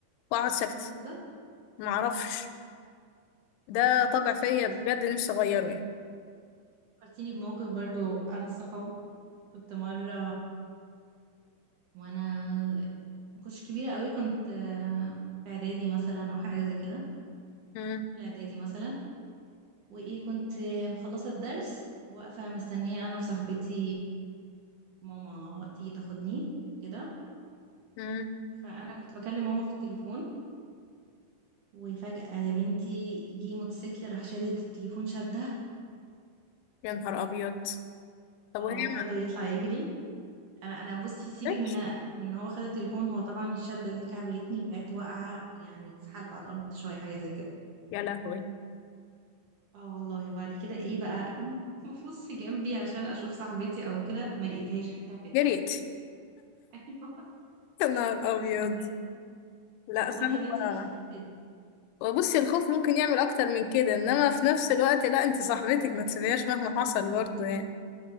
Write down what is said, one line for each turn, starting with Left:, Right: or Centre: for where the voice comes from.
Left: واقعد ساكتة
Right: بالظبط
Left: ما اعرفش ده طبع فيا
Right: لا بس
Left: بجد نفسي اغيره يعني
Right: فكرتيني بموقف برضه عن الصحاب كنت مرة وانا ما كنتش كبيرة قوي كنت آه، في اعدادي مثلا او حاجة زي كده
Left: امم
Right: اولى اعدادي مثلا وايه كنت مخلصة الدرس وواقفة مستنية انا وصاحبتي ماما تيجي تاخدني كده
Left: امم
Right: فانا كنت بكلم ماما في التليفون وفجأة يا بنتي جه موتوسيكل راح شادد التليفون شدها
Left: يا نهار ابيض طب
Right: او
Left: وهي
Right: خده
Left: ما
Right: يطلع يجري انا انا بصي سيبك
Left: عرفتش
Right: من من إن هو خد التليفون هو طبعا الشدة دي كعبلتني وقعت واقعة يعني اتسحلت على الارض شوية حاجة زي كده
Left: يا لهوي
Right: اه والله وبعد كده ايه بقى <laughs> ببص جنبي عشان اشوف صاحبتي او كده ما لقيتهاش اختفت
Left: جريت <laughs>
Right: <laughs> ايوه
Left: يا نهار ابيض
Right: بجد
Left: لا
Right: والله
Left: صعبة
Right: يا بنتي اختفت
Left: وبصي الخوف ممكن يعمل اكتر من كده انما في نفس الوقت لا انت صاحبتك ما تسيبيهاش مهما حصل برضه يعني